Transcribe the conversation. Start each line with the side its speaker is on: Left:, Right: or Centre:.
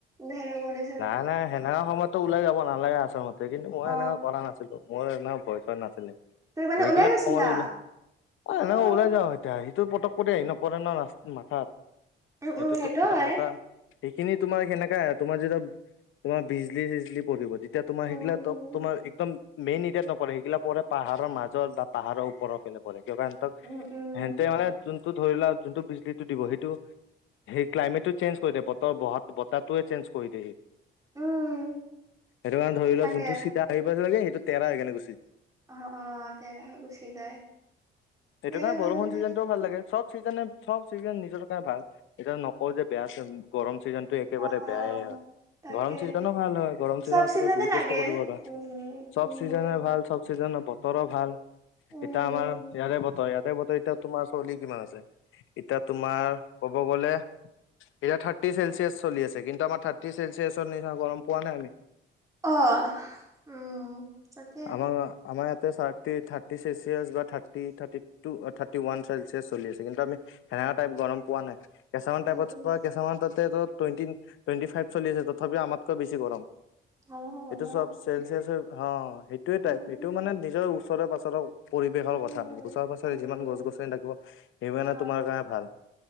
Right: ধেৰেকনিত
Left: নাই নাই সেনেকা সময়তো ওলাই যাব নালাগে আচল মত তে কিন্তু মই
Right: অ
Left: এনেকা কৰা নাছিলো মোৰ এনেকা ভয় চয় নাছিলে
Right: তুমি মানে
Left: এইগিলাক
Right: ওলাই গৈছিলা?
Left: সময় ওলা
Right: উম
Left: অ এনেকে ওলাই যাও এতিয়া সেইটো পতক কৰি আহি নপৰে না ৰা মাথাত সেইটোতো
Right: উম সেইটো
Left: তোমাৰ
Right: হয়।
Left: এটা সেইখিনি তোমাৰ সেনেকা তোমাৰ যেতিয়া তোমাৰ বিজলী চিজলী পৰিব এতিয়া তোমাৰ
Right: উম
Left: সেইগিলা
Right: উম
Left: ত তোমাৰ একদম মেইন ইতাত নপৰে সেইগিলা পৰে পাহাৰৰ মাজত বা পাহাৰৰ ওপৰৰ ফেলে পৰে কিবা এনটক
Right: উম উম
Left: হেনতে মানে যোনটো ধৰি লোৱা যোনটো বিজলীটো দিব সেইটো সেই ক্লাইমেটটো চেঞ্জ কৰি দিয়ে বতৰ বহা বতাহ টোৱে চেঞ্জ কৰি দিয়ে সি
Right: উম
Left: সেইটো কাৰণে ধৰি
Right: তাকে
Left: লোৱা যোনটো চিধা আহিব লাগে সেইটো তেৰা হৈ কেনে গুচি
Right: অ অ তে গুচি যায়
Left: সেইটো
Right: তেনেকে
Left: কাৰণে
Right: ভাল
Left: বৰষুণ
Right: লাগে
Left: চিজনটোও ভাল লাগে চব চিজনে চব চিজন নিজৰ কাৰণে ভাল এতিয়া নকওঁ যে বেয়া চিজ গৰম চিজনটো একেবাৰে
Right: অ অ
Left: বেয়াই হয়
Right: তাকে
Left: গৰম চিজনো ভাল হয় গৰম ছিজনত
Right: চব চিজনে
Left: তুমি বহুত
Right: লাগে
Left: বস্তু কৰিব পাৰা
Right: উম
Left: চব
Right: উম
Left: চিজনে ভাল চব চিজনে বতৰো ভাল
Right: উম
Left: এতিয়া আমাৰ ইয়াৰে বতৰ ইয়াতে বতৰ এতিয়া তোমাৰ চৰলি কিমান আছে এতিয়া তোমাৰ ক'ব গ'লে এতিয়া থাৰ্টি চেলচিয়াছ চলি আছে কিন্তু আমাৰ থাৰ্টি চেলচিয়াছৰ নিচিনা গৰম পোৱা নাই আমি
Right: অ উম তাকে
Left: আমাৰ আমাৰ ইয়াতে চাৰ্টি থাৰ্টি চেলচিয়ছ বা থাৰ্টি থাৰ্টি টু অ থাত থাৰ্টি ওৱান চেলচিয়াচ চলি আছে কিন্তু আমি সেনেকা টাইপ গৰম পোৱা নাই কেছামান
Right: উম
Left: টাইপত
Right: উম
Left: ত কেছামান তাতে টুৱেটি টুৱেণ্টি ফাইভ চলি আছে তথাপি আমতকৈ বেছি গৰম
Right: অ
Left: এইটো
Right: ন
Left: চব চেলচিয়াচৰ হ সেইটোয়ে
Right: উম
Left: টাইপ এইটো মানে নিজৰ ওচৰে পাচৰে পৰিৱেশৰ
Right: উম
Left: কথা আৰু ওচৰ পাচৰে
Right: উম
Left: যিমান
Right: উম
Left: গছ গছনি থাকিব সিমানে
Right: অ
Left: তোমাৰ কাৰণে ভাল।